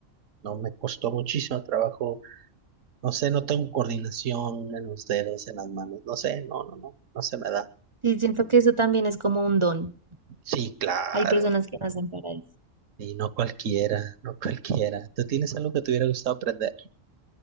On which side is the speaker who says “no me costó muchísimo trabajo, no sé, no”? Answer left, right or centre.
Right